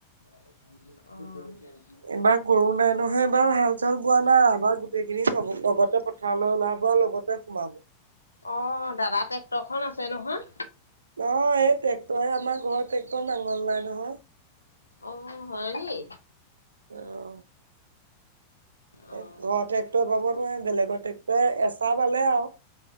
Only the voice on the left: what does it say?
অ'।
অ' দাদা ট্ৰেক্টৰখন আছে নহয়।
অ' হয়নি?
অ'